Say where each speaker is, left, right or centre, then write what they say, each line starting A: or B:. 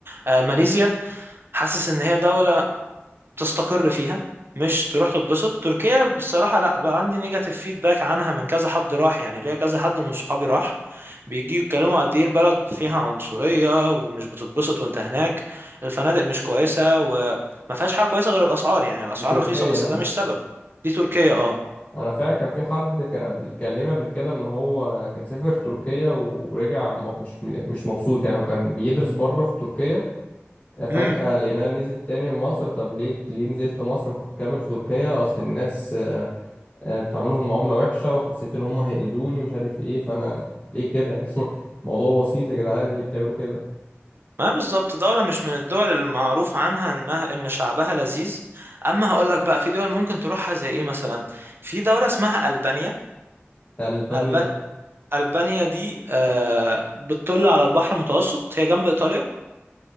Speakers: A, on the right; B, on the left.
A: آه، ماليزيا حاسس إن هي دولة تستقر فيها مش تروح تتبسط تركيا بصراحة لا بقى عندي نيجاتيف فيدباك عنها من كذا حد راح يعني ليا كذا حد من صحابي راح بيجي يتكلموا قد ايه البلد فيها عنصرية ومش بتتبسط وانت هناك الفنادق مش كويسة وما فيهاش حاجة كويسة غير الأسعار يعني الأسعار
B: دي تركيا
A: رخيصة بس
B: ها
A: ده مش سبب دي تركيا اه
B: انا فعلا كان في حد كان قبل كلمني قبل كده ان هو كان سافر تركيا ورجع مب- مش مش مبسوط يعني هو كان بيدرس بره في تركيا فجأة
A: امم
B: لقيناه نزل تاني مصر طب ليه ليه نزلت مصر ما كنت كامل في تركيا اصل الناس آه، آه، بتعاملهم معاملة وحشة وحسيت ان هم هيأذوني ومش عارف ايه فانا ليه كده يعني <laughs> موضوع بسيط يا جدعان ليه بتعملوا كده
A: ما بالظبط دولة مش من الدول المعروف عنها انها ان شعبها لذيذ اما هقول لك بقى في دول ممكن تروحها زي ايه مثلا في دولة اسمها ألبانيا
B: ألبانيا
A: ألبانيا ألبانيا دي آه، بتطل على البحر المتوسط هي جنب إيطاليا